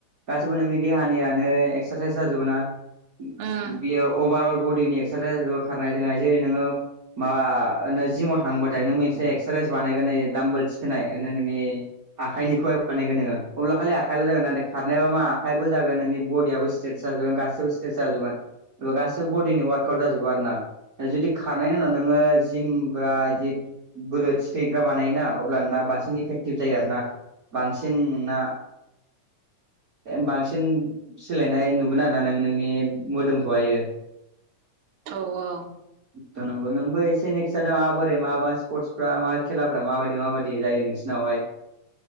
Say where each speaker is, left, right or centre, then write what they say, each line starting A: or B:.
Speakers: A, on the right (about 45°); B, on the right (about 80°).
A: गाससिबो नोंनि देहानियानो एक्सारसाइस जाजोबो ना
B: उम
A: बिदियाव अभारअल बडिनि एक्सारसाइसार खारनाय जोंहाय जेरै नोङो माबा नो जिमाव थांङोबाथाय नों इसे एक्सारसाइस बानायगोन दायो दाम्बोल थिखोनाय <unintelligible> नोंनि आखाइनिखौहाय बानायगोन नोङ अब्ला खालाय आखाइल' जागोन खारनायबा मा आखाइबो जागोन नोंनि बडियबो स्ट्रेट जाजोबगोन गाससिबो स्ट्रेट जाजोबोगोन गासिबो बडिनि वार्कआउट जाजोबो आरो ना जुदि खारनायनि उनाव नोङो जिम ब्रा बिदि बोलो थिखैग्रा बानायोना अब्ला ना बांसिन इफेकटिभ जायो आरोना बांसिन नोंना बांसिन सोलायनाय नुगोन आरोना नोङो नोंनि मोदोमखौहायो
B: ओव औ
A: थ नोंगौ नोंबो एसे ने खिादों माबोरै माबा स्पर्टसफ्रा मा खेलाफ्रा माबादि माबादि जायो नोंसोरनावहाय <inaudible>